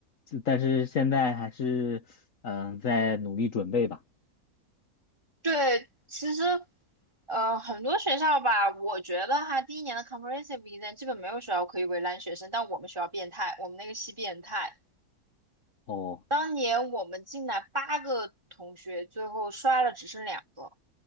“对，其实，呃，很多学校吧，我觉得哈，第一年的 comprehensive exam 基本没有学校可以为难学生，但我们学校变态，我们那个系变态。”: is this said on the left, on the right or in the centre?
Right